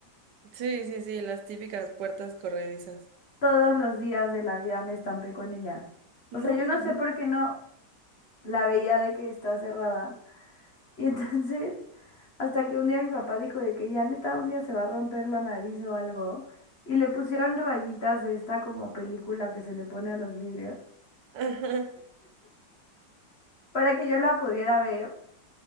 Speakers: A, on the right; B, on the left.
A: Sí, sí, sí, las típicas puertas corredizas.
B: Todos los días de la vida me estampé con ella.
A: No,
B: O sea, yo
A: <laughs>
B: no sé por qué no la veía de que está cerrada. Y entonces, hasta que un día mi papá dijo de que ya neta un día se va a romper la nariz o algo, y le pusieron rayitas de esta como película que se le pone a los vidrios,
A: ajá.
B: para que yo la pudiera ver.